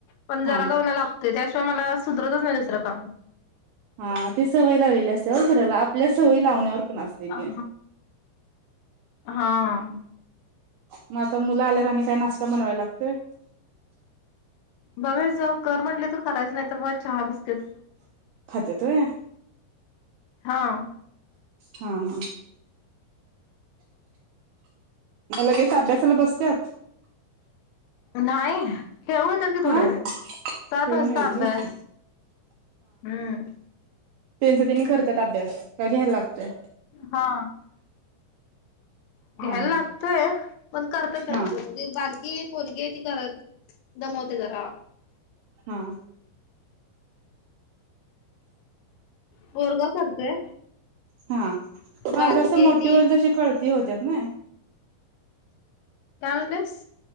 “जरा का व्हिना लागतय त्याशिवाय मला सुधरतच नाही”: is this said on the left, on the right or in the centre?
Left